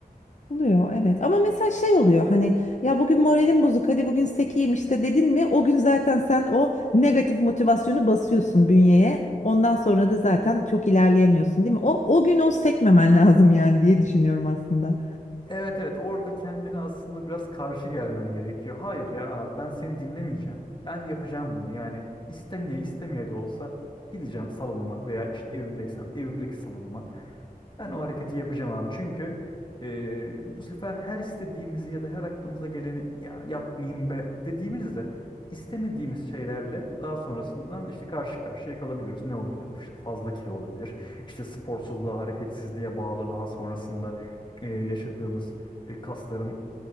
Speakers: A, on the left; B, on the left.
A: oluyor, evet. Ama mesela şey oluyor hani ya bugün moralim bozuk, hadi bugün sekeyim işte dedin mi? O gün zaten sen o negatif motivasyonu basıyorsun bünyeye. Ondan sonra da zaten çok ilerleyemiyorsun, değil mi? O o gün o sekmemen <laughs> lazım yani diye düşünüyorum aslında.
B: Evet evet orada kendine aslında biraz karşı gelmen gerekiyor. Hayır ya abi ben seni dinlemeyeceğim. Ben yapacağım bunu. Yani istemeye istemeye de olsa gideceğim salonuma veya işte evimdeysem evimdeki salonuma. Ben o hareketi yapacağım abi. Çünkü e, bu sefer her istediğimizi ya da her aklımıza geleni ya yapmayayım be dediğimizde istemediğimiz şeylerle daha sonrasından işte karşı karşıya kalabiliyoruz. Ne olabilir? İşte fazla kilo olabilir. İşte sporsuzluğa, hareketsizliğe bağlı daha sonrasında e, yaşadığımız e, kasların